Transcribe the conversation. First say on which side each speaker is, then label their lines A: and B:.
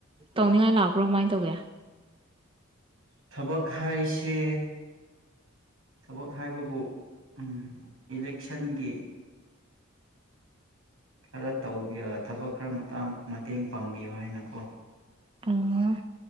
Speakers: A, on the right; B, on the right.
A: ꯇꯧꯅꯤꯡꯉꯥꯏ ꯂꯥꯛꯄ꯭ꯔꯣ ꯀꯃꯥꯏ ꯇꯧꯒꯦ
B: ꯊꯕꯛ ꯍꯥꯏꯁꯦ ꯊꯕꯛ ꯍꯥꯏꯕꯕꯨ ꯎꯝ ꯏꯂꯦꯛꯁꯟꯒꯤ ꯈꯔ ꯇꯧꯕꯤ ꯊꯕꯛ ꯈꯔ ꯃꯇꯥꯡ ꯃꯇꯦꯡ ꯄꯥꯡꯕꯤꯌꯨ ꯍꯥꯏꯅꯀꯣ
A: ꯇꯨꯡꯉꯣꯢ